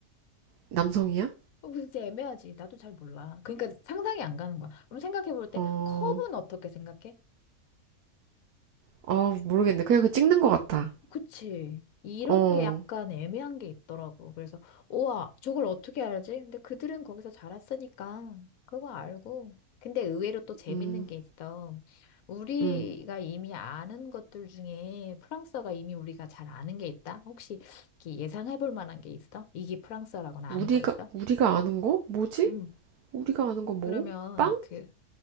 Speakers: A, on the right; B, on the left.
A: 남성이야?
B: 어, 진짜 애매하지. 나도 잘 몰라. 그러니까 상상이 안 가는 거야. 그럼 생각해볼 때
A: 어,
B: 컵은 어떻게 생각해?
A: 어, 모르겠네. 그냥 그 찍는 것 같아.
B: 그치. 이런
A: 어,
B: 게 약간 애매한 게 있더라고. 그래서, 우와, 저걸 어떻게 알지? 근데 그들은 거기서 자랐으니까 그거 알고. 근데 의외로 또 재밌는
A: 음,
B: 게 있어. 우리가
A: 음.
B: 이미 아는 것들 중에 프랑스어가 이미 우리가 잘 아는 게 있다? 혹시 이렇게 예상해 볼 만한 게 있어? 이게 프랑스어라고나
A: 우리가
B: 아는 거 있어?
A: 우리가 아는 거? 뭐지?
B: 응.
A: 우리가 아는 거 뭐?
B: 그러면
A: 빵?
B: 그,